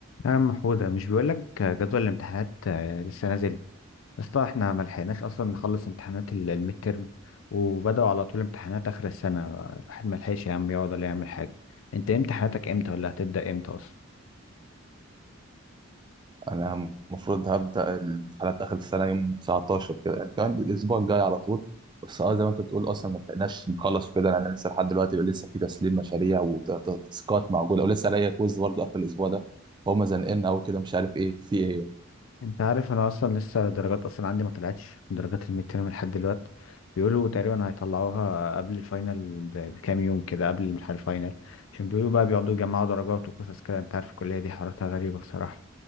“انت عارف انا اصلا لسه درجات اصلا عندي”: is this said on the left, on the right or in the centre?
Left